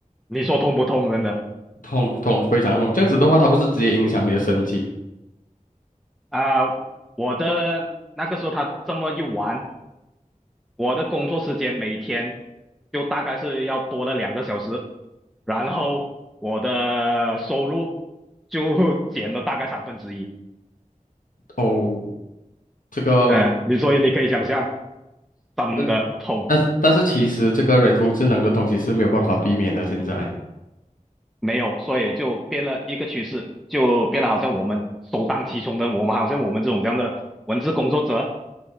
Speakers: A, in the centre; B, on the left.
A: 你说痛不痛？真的
B: 痛痛非常痛，这样子的话，它不是直接影响你的生计？
A: 啊、呃我的那个时候他这么一玩，我的工作时间每天就大概是要多了两个小时，然后我的收入就减了大概三分之一。
B: 哦，这个，
A: 嗯，你所以你可以想象，真的痛
B: 但但但是其实这个人工智能的东西是没有办法避免的，现在。
A: 没有，所以就变了一个趋势，就变了好像我们首当其冲的，我们好像我们这种这样的文字工作者。